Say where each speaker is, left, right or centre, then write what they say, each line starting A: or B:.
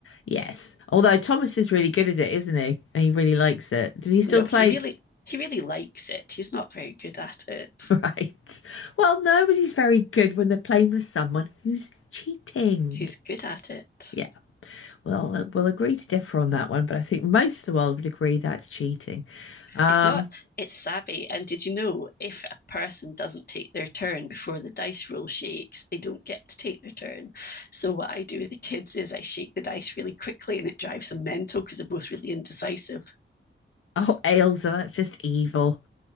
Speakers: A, on the left; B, on the left.
A: Yes. Although Thomas is really good at it, isn't he? And he really likes it. Did he still
B: No,
A: play?
B: he really he really likes it. He's not very good at it.
A: <laughs> Right. Well, nobody's very good when they're playing with someone who's cheating.
B: Who's good at it?
A: Yeah, well, uh, we'll agree to differ on that one, but I think most of the world would agree that's cheating. Um,
B: It's not, it's savvy. And did you know if a person doesn't take their turn before the dice roll shakes, they don't get to take their turn? So, what I do with the kids is I shake the dice really quickly and it drives them mental because they're both really indecisive.
A: oh, Ailsa, that's just evil.